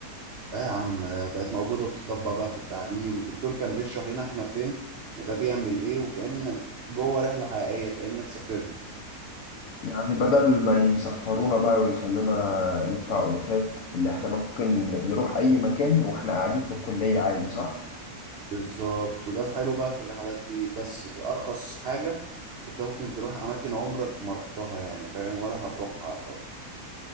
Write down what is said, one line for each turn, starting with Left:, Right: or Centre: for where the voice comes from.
Right: آه يا عم بقت موجودة وبتطبق بقى في التعليم الدكتور كان بيشرح لنا إحنا فين وده بيعمل إيه وكأنك جوه رحلة حقيقية كأنك سافرت
Left: يعني بدل ما يسفرونا بقى ويخلونا ندفع الوفات اللي احنا ممكن نروح اي مكان واحنا قاعدين في الكلية عادي صح
Right: بالظبط وده الحلو بقى في الرحلات دي بس بأرخص حاجة انت ممكن تروح اماكن عمرك ما رحتها يعني فاهم ولا هتروحها طب